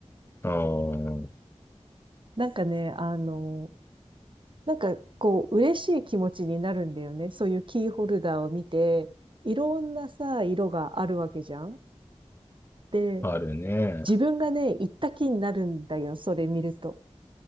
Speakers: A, on the left; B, on the right.
A: あー
B: なんかね、あの、なんかこう、嬉しい気持ちになるんだよね。そういうキーホルダーを見て、いろんなさ、色があるわけじゃん。で、
A: あるね。
B: 自分がね、行った気になるんだよ。それ見ると。